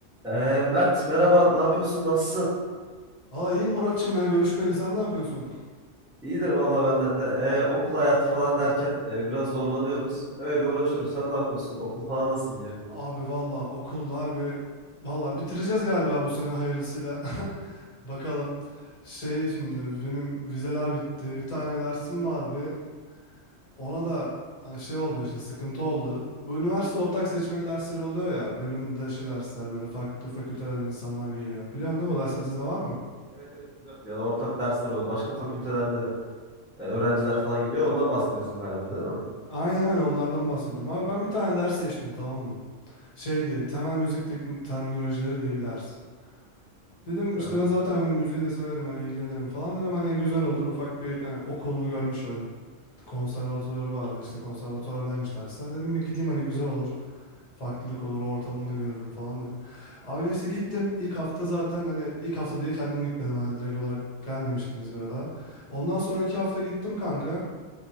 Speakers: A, in the centre; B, on the left.
A: Ee, Mert merhaba, ne yapıyorsun, nasılsın?
B: Aa iyi Muratçım ya görüşmeli sen ne yapıyorsun?
A: İyidir valla benden de. Ee, okul hayatı falan derken e, biraz zorlanıyoruz. Öyle uğraşıyoruz. Sen ne yapıyorsun? Okul falan nasıl gidiyor?
B: Abi valla okullar bir valla bitireceğiz galiba bu sene hayırlısıyla. <laughs> Bakalım. Şey şimdi benim vizeler bitti. Bir tane dersim vardı. Ona da hani şey oldu işte sıkıntı oldu. Bu üniversite ortak seçmeli dersleri oluyor ya. bölüm dışı dersler böyle farklı fakültelerden insanlar geliyor. Biliyorsun
A: Evet,
B: değil mi o dersler sizde var mı?
A: evet, evet biliyorum. Yani ortak dersler oluyor. Başka fakülteden de e, öğrenciler falan geliyor. Ondan bahsediyorsun galiba, değil mi?
B: Aynen öyle onlardan bahsediyorum. Abi ben bir tane ders seçtim tamam mı? Şey diye temel müzik teknik terminolojileri diye bir ders. Dedim
A: Evet.
B: işte ben zaten hani müziği de severim hani ilgilenirim falan dedim hani güzel olur ufak bir hani okulunu görmüş olayım. Konservatuvarı vardı işte konservatuvardaymış dersler. Dedim bir gideyim hani güzel olur. Farklılık olur ortamını da görürüm falan dedim. Abi neyse gittim. İlk hafta zaten hani ilk hafta diye kendim gitmedim hani direkt olarak gelmemiştim İzmir'e daha. Ondan sonraki hafta gittim kanka.